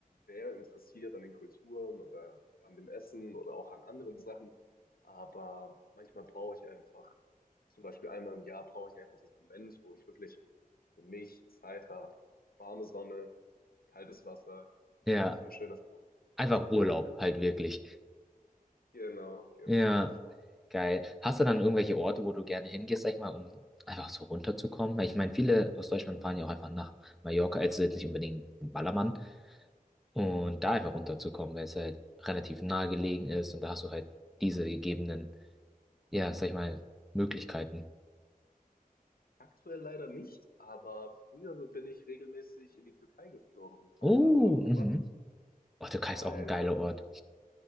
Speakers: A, on the left; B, in the centre.
A: sehr interessiert an den Kulturen oder an dem Essen oder auch an anderen Sachen. Aber manchmal brauche ich einfach, zum Beispiel einmal im Jahr brauche ich einfach diesen Moment, wo ich wirklich für mich Zeit habe. Warme Sonne, kaltes Wasser,
B: Ja,
A: so schöner Strand.
B: einfach
A: Das brauche
B: Urlaub
A: ich einfach.
B: halt wirklich.
A: Genau, genau.
B: Ja. Geil. Hast du dann irgendwelche Orte, wo du gerne hingehst, sag ich mal, um einfach so runterzukommen? Weil ich meine, viele aus Deutschland fahren ja auch einfach nach Mallorca, also jetzt nicht unbedingt ein Ballermann, und
A: Mhm.
B: da einfach runterzukommen, weil es halt relativ nahe gelegen ist und da hast du halt diese gegebenen, ja, sag ich mal, Möglichkeiten.
A: Aktuell leider nicht, aber früher so bin ich regelmäßig in die Türkei geflogen und habe
B: Oh,
A: da Urlaub
B: mhm.
A: gemacht,
B: Portugal
A: weil
B: ist auch ein geiler
A: in der Türkei
B: Ort.